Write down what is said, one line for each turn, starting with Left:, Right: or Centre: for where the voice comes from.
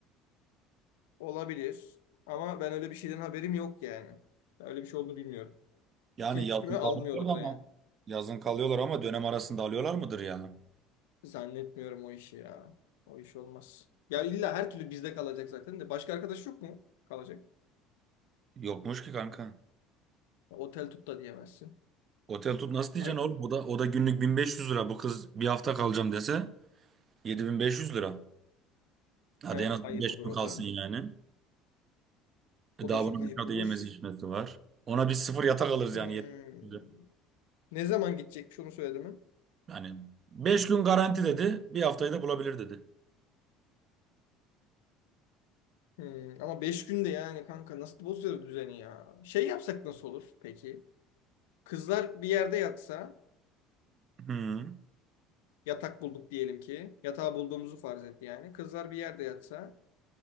Left: olabilir. Ama ben öyle bir şeyden haberim yok yani. Ben öyle bir şey olduğunu bilmiyorum.
Right: Yani
Left: Ki yükümü
Right: yazın
Left: almıyordur
Right: kalıyorlar
Left: da
Right: ama
Left: yani.
Right: yazın kalıyorlar ama dönem arasında alıyorlar mıdır ya?
Left: Zannetmiyorum o işi ya. O iş olmaz. Ya illa her türlü bizde kalacak zaten de. Başka arkadaş yok mu? Kalacak.
Right: Yokmuş ki kanka.
Left: Ya otel tut da diyemezsin.
Right: Otel tut nasıl diyeceksin
Left: Ay,
Right: oğlum? O da o da günlük 1500 lira. Bu kız bir hafta kalacağım dese 7500 lira. Hadi
Left: evet,
Right: en az
Left: ayıp
Right: 5
Left: olur
Right: gün
Left: o
Right: kalsın
Left: da.
Right: yani. E
Left: O
Right: daha
Left: da çok
Right: bunun
Left: ayıp
Right: dışarıda
Left: olur.
Right: yemesi içmesi var. Ona biz sıfır yatak alırız
Left: Hmm.
Right: yani. 7500 lira.
Left: Ne zaman gidecekmiş onu söyledi mi?
Right: Yani 5 gün garanti dedi. Bir haftayı da bulabilir dedi.
Left: Hmm, ama 5 günde yani kanka nasıl bozuyoruz düzeni ya? Şey yapsak nasıl olur peki? Kızlar bir yerde yatsa,
Right: Hı.
Left: yatak bulduk diyelim ki. Yatağı bulduğumuzu farz et yani. Kızlar bir yerde yatsa,